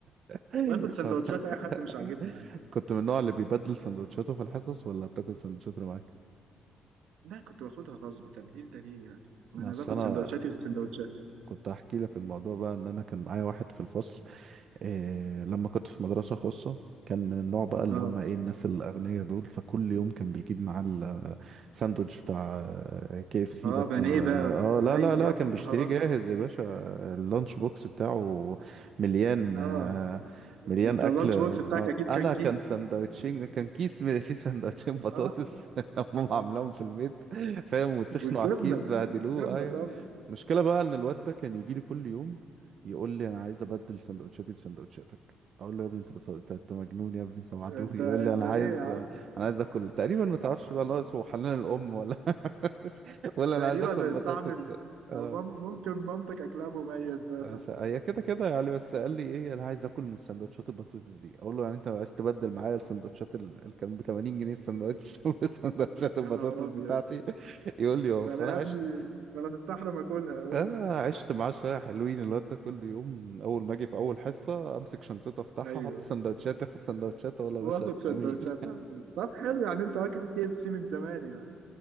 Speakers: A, on the right; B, on the right.
A: <laughs>
B: واخد سندوتشات اي حد مش عاجبني عادي
A: كنت من النوع اللي بيبدل سندوتشاته في الحصص ولا بتاكل سندوتشات اللي معاك؟
B: لا كنت باخدها غصب تبديل ده ليه يعني ما انا
A: اصل
B: باخد
A: انا
B: سندوتشاتي وسندوتشاتي
A: كنت هحكي لك الموضوع بقى ان انا كان معايا واحد في الفصل إيه لما كنت في مدرسة خاصة كان من النوع بقى اللي
B: اه
A: هم ايه الناس الاغنياء دول فكل يوم كان بيجيب معاه الساندوتش بتاع كي اف سي
B: اه
A: ده بتاع
B: بانيه بقى و...
A: اه لا
B: اي
A: لا
B: يا
A: لا كان بيشتريه
B: نهار ابيض
A: جاهز يا باشا اللانش بوكس بتاعه مليان
B: اه
A: آه، مليان
B: انت
A: اكل
B: اللانش
A: آه،
B: بوكس بتاعك اكيد
A: انا
B: كان كيس
A: كان ساندوتشين كان كيس من فيه ساندوتشين بطاطس
B: اه
A: <laughs> هم عاملاهم في البيت فاهم وسخنوا
B: والجبنه
A: على الكيس بهدلوه
B: الجبنه
A: أيوه.
B: طبعا
A: المشكلة بقى ان الواد ده كان يجي لي كل يوم يقول لي انا عايز ابدل سندوتشاتي بسندوتشاتك اقول له يا ابني انت بت... انت أنت مجنون يا ابني انت معتوه
B: انت
A: <laughs> يقول
B: انت
A: لي انا
B: ايه
A: عايز
B: يا عم
A: انا عايز اكل تقريبا ما تعرفش بقى ناقص هو حنان الام ولا <laughs> ولا
B: تقريبا
A: انا عايز اكل
B: الطعم
A: بطاطس
B: ال-
A: اه
B: او مم- ممكن مامتك اكلها مميز بقى
A: آه، س- هي كده كده يعني بس قال لي ايه انا عايز اكل من سندوتشات البطاطس دي اقول له يعني انت عايز تبدل معايا السندوتشات ال- اللي كان ب 80 جنيه السندوتش <laughs> بسندوتشات البطاطس
B: يا نهار ابيض
A: بتاعتي يقول لي اه
B: ده
A: فانا
B: انا يا
A: عشت
B: ابني ده انا مستحرم اكلها اقول
A: آه
B: له
A: عشت معاه شوية حلوين الواد ده كل يوم أول ما أجي في أول حصة أمسك شنطته أفتحها
B: ايوه
A: أحط سندوتشات ياخد سندوتشات أقول له يا باشا
B: واخد سندوتشات
A: أمين <laughs>
B: على طول طب حلو يعني انت واكل كي اف سي من زمان يعني